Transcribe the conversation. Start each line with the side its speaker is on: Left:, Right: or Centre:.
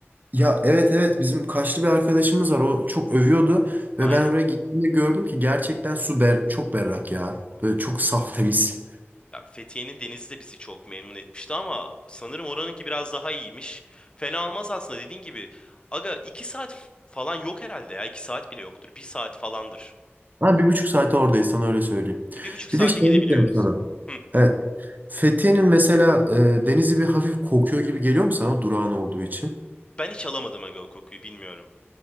Right: Ya evet evet bizim Kaşlı bir arkadaşımız var. O çok övüyordu
Left: Aynen.
Right: ve ben oraya gittiğimde gördüm ki gerçekten su ber çok berrak ya. Böyle çok saf temiz.
Left: Ya Fethiye'nin denizi de bizi çok memnun etmişti ama sanırım oranınki biraz daha iyiymiş. Fena almaz aslında dediğin gibi. Aga iki saat f- falan yok herhalde ya. iki saat bile yoktur. Bir saat falandır.
Right: Ha, bir buçuk saate oradayız sana öyle söyleyeyim.
Left: E, Bir buçuk saate
Right: Bir de şey
Left: gidebiliyoruz.
Right: diyeceğim sana.
Left: Hı.
Right: Evet. Fethiye'nin mesela e, denizi bir hafif kokuyor gibi geliyor mu sana durağın olduğu için?
Left: Ben hiç alamadım aga o kokuyu bilmiyorum.